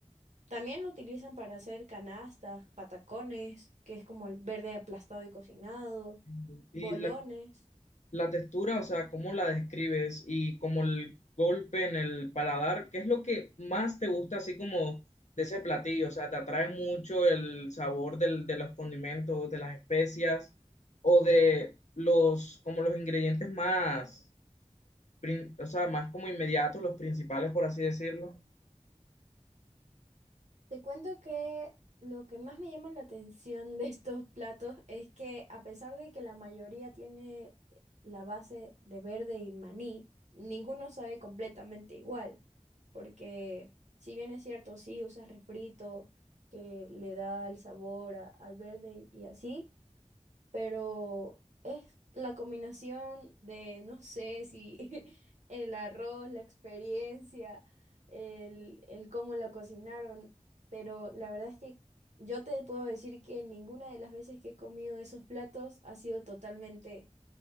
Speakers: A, on the right; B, on the left.
A: También lo utilizan para hacer canastas, patacones, que es como el verde aplastado y cocinado,
B: Entiendo. Y
A: bolones.
B: la La textura, o sea, ¿cómo la describes? Y como el golpe en el paladar, ¿qué es lo que más te gusta así como de ese platillo? O sea, ¿te atrae mucho el sabor del- de los condimentos, de las especias o de los, como los ingredientes más, prin- o sea, más como inmediatos, los principales, por así decirlo?
A: Te cuento que lo que más me llama la atención de estos platos es que a pesar de que la mayoría tiene la base de verde y maní, ninguno sabe completamente igual, porque si bien es cierto, sí usas refrito que le da el sabor a- al verde y así. pero es la combinación de, no sé si <laughs> el arroz, la experiencia, el, el cómo la cocinaron, pero la verdad es que yo te puedo decir que ninguna de las veces que he comido esos platos ha sido totalmente